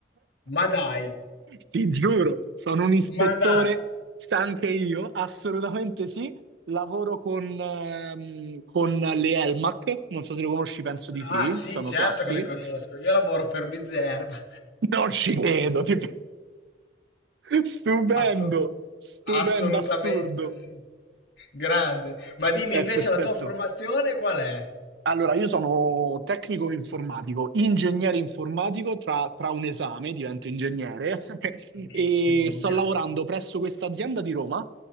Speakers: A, on the left; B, on the right.
A: ma dai,
B: Ti giuro, sono un ispettore,
A: ma dai.
B: sa anche io, assolutamente sì. Lavoro con, ehm, con le Elmac, non so se le conosci, penso di sì,
A: Ah, sì,
B: sono
A: certo
B: classiche.
A: che le conosco. Io lavoro per Bizerba.
B: Non ci credo, ti- <laughs> stupendo,
A: Assu-
B: stupendo,
A: assolutamente
B: assurdo.
A: sì. Grande. Ma dimmi
B: È
A: invece
B: perfetto.
A: la tua formazione qual è?
B: Allora, io sono tecnico informatico, ingegnere informatico, tra, tra un esame divento ingegnere <laughs>
A: Grandissimo.
B: e sto
A: gra-
B: lavorando presso questa azienda di Roma